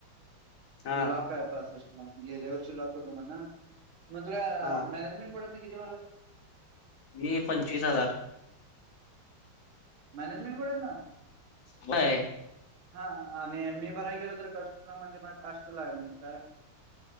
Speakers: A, on the left; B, on the right.
A: हा
B: लॉक आहे पासष्ट ला गेल्या वष लॉक होत म्हण ना मग तुला
A: हा
B: मॅनेजमेंट. पडत नाही किती.
A: मी पंचवीस हजार.
B: मॅनेजमेंट कर ना.
A: बाय.
B: हा आणि एम ए भराय गेलो तर कष्टला म्हणजे म काष्टला आहे म काय. <inaudible>